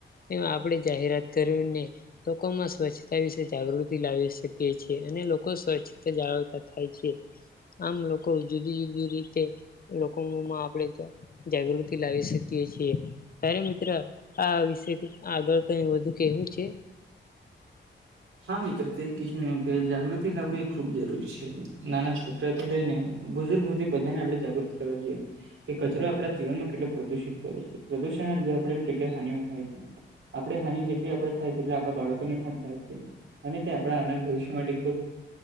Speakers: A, on the left (about 45°); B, on the right (about 80°).
A: તે આપણે જાહેરાત કરીને લોકોમાં સ્વચ્છતા વિશે જાગૃત લાવી શકે છેએ અને લોકો સ્વચ્છતા જાળવતા થાય છે આમ લોકો જુદી જુદી રીતે લોકોમાં આપડે ત્યા જાગૃતિ લાવી શકીએ છીએ તારે મિત્ર આ વિશે આગળ કઈ વધુ કેહવું છે?
B: હા મિત્ર તએ કહ્યું એમ કે જાગૃતિ લાવવી એ ખુબ જરૂરી છે. નાના છોકરાથી લઈને બુજૂર્ગ હુદી બધાને આપડે જાગૃત કરવા જોઈએ. કે કચરો આપડા જીવનમાં કેટલો પ્રદુષિત કરે છે પ્રદુષણના લીધે આપડાને કેટલી હાનિઓ થાય છે. આપડે હાની જેટલી આપડે થાય તેટલા આપડા બાળકોને પણ થાય છે. અને તે આપડા આવનાર ભવિષ્ય માટે ખુબ